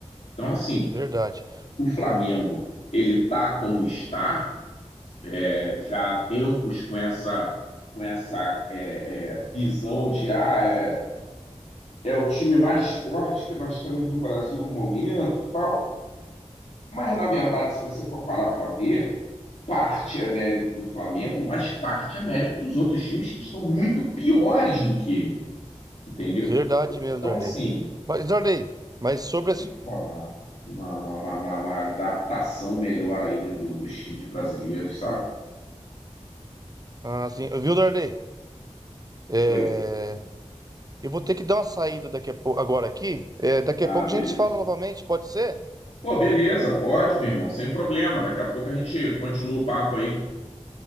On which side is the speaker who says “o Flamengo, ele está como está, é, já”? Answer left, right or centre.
Left